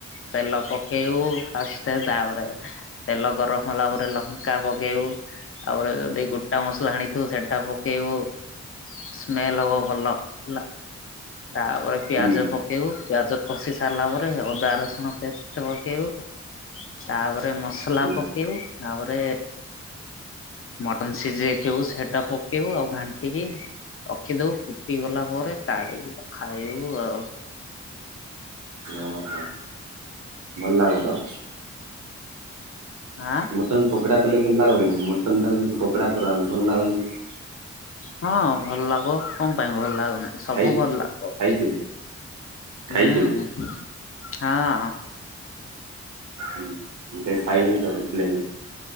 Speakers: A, on the left (about 50°); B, on the right (about 90°).
A: ତେଲ ପକେଇବୁ ଫାଷ୍ଟ ତାପରେ ତେଲ ଗରମ ହେଲା ପରେ ଲଙ୍କା ପକେଇବୁ ତାପରେ ଯଦି ଗୋଟା ମସଲା ଆଣିଥିବୁ ସେଟା ପକେଇବୁ। ସ୍ମେଲ ହବ ଭଲ ହେଲା ତାପରେ। ପିଆଜ
B: ହୁଁ
A: ପକେଇବୁ ପିଆଜ କଷି ସାରିଲା ପରେ ଅଦା ରସୁଣ ପେଷ୍ଟ ପକେଇବୁ। ତାପରେ ମସଲା
B: ହୁଁ
A: ପକେଇବୁ ତାପରେ। ମଟନ ସିଝେଇଥିବୁ ସେଟା ପକେଇବୁ ଆଉ ଘାଣ୍ଟିକି। ରଖିଦବୁ ଫୁଟିଗଲା ପରେ କାଢିକି ଖାଇବୁ ଆଉ।
B: ଓହୋ ଭଲ ଲାଗ୍ ବ ତ।
A: ଆଁ।
B: ମଟନ୍ ପକୋଡ଼ା କଲେ ଭଲ ଲାଗିବ କିନାଇ ମଟନ୍ ଟାକୁ ଯଦି ପକଡ଼ା କର୍‌ବା ଭଲ ଲାଗିବ କି?
A: ହଁ ଭଲଲାଗ୍ ବ କଣ ପାଇଁ ଭଲ ଲାଗବନାଇଁ। ସବୁ
B: ଖାଇ
A: ଭଲ ଲାଗିବ
B: ଖାଇଛୁ
A: ହୁଁ
B: ଖାଇଛୁ
A: ହଁ।
B: ମୁଁ କେବେ ଖାଇନି ତ ସେଥିଲାଗି।